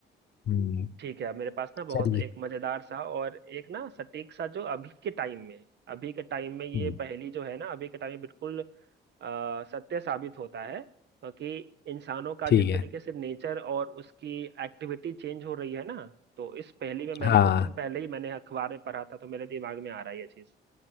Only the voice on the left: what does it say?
हम्म
चलिए
हम्म,
ठीक
है
हाँ